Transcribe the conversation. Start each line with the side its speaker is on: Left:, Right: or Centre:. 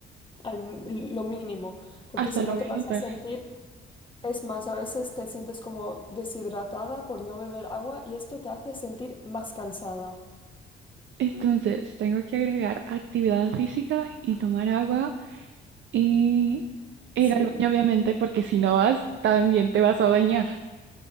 Left: al, lo mínimo, porque
Right: Hasta
Left: si
Right: lo
Left: no
Right: voy
Left: te vas
Right: a notar.
Left: a sentir, es más, a veces te sientes como deshidratada por no beber agua y esto te hace sentir más cansada.
Right: Entonces, tengo que agregar actividad física y tomar agua y ir
Left: Sí,
Right: al baño, obviamente, porque si no vas, también te vas a bañar.